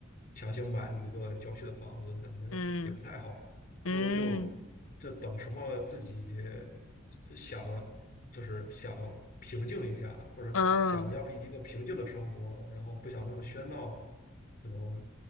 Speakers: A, on the left (about 45°); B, on the left (about 90°).
A: 强行买一个郊区的房子，感觉也不太好。
B: 嗯嗯嗯
A: 不如就这等什么自己呃想，就是想平静一下，或者想要一个平静的生活，
B: 嗯
A: 然后不想那么喧闹，可能